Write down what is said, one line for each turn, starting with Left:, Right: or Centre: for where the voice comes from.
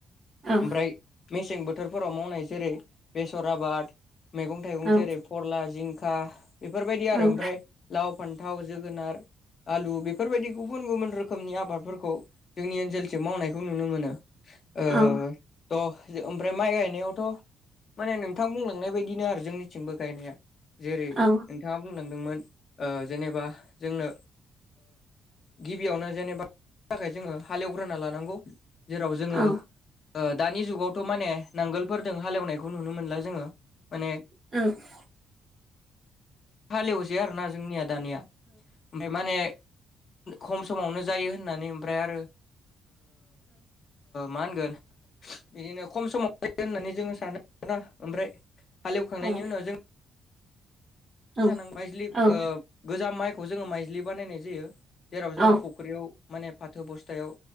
Right: औ
Left: ओमफ्राय मेसें बोथोर बोथोरफोराव मावनाय जेरै बेसर आबाद मैगं थाइगं
Right: औ
Left: जेरै फोरला जिंखा बेफोरबायदि आरो
Right: औ
Left: ओमफ्राय लाव फान्थाव जोगोनार आलु बेफोरबायदि गुबुन गुबुन रोखोमनि आबादफोरखौ जोंनि ओनसोलजों मावनायखौ नुनो मोनो। ओ
Right: औ
Left: द' ओमफ्राय माइ गायनायावथ' माने नोंथां बुंलांनाय बायदिनो आरो जोंनिथिंबो गायनाया। जेरै
Right: औ
Left: नोंथाङा बुंलांदोंमोन जेनेबा जोंनो गिबियावनो जेनेबा थाखाय जोङो हालेवग्रोना लानांगौ जेराव जोङो
Right: औ
Left: दानि जुगावथ' माने नांगोलफोरजों हालेवनायखौ नुनो मोनला जोङो माने
Right: औ
Left: हालेवसै आरोना जोंनिया दानिया ओमफ्राय माने खम समावनो जायो होननानै ओमफ्राय आरो मा होनगोन बिदिनो खम समाव फैगोन होननानै जोङो सानो ओमफ्राय हालेवखांनायनि
Right: औ
Left: उनाव जों <inaudible>
Right: औ
Left: माइज्लि
Right: औ
Left: गोजाम माइखौ जोङो माइज्लि बानायनाय जायो जेराव
Right: औ
Left: जोङो फुख्रियाव माने फाथो बस्थायाव